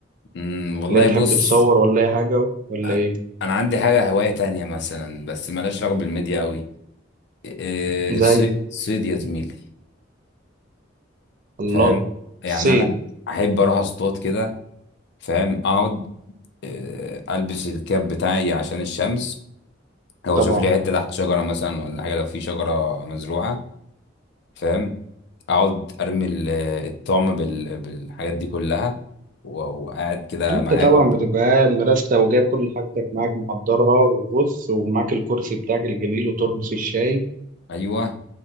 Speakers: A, on the left (about 60°); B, on the right (about 45°).
A: امم والله
B: ولا بتحب
A: بص
B: تصور ولا أي حاجة ولا
A: أ-
B: إيه
A: انا عندي حاجه هوايه تانية مثلا بس مالهاش علاقه بالميديا قوي إيه، الصيد
B: زي
A: الصيد يا زميلي
B: الله
A: فاهم يعني
B: صيد
A: انا احب اروح اصطاد كده فاهم اقعد إيه، البس الكاب بتاعي عشان الشمس او
B: طبعا
A: اشوف لي حته تحت شجره مثلا ولا حاجه لو في شجره مزروعه فاهم اقعد ارمي ال- الطعم بال- بالحاجات دي كلها و- وقاعد كده
B: أنت
A: معايا
B: طبعا
A: كوب
B: بتبقى قاعد مرستة وجايب كل حاجتك معاك محضرها وبص ومعاك الكرسي بتاعك الجميل وترمس الشاي
A: ايوه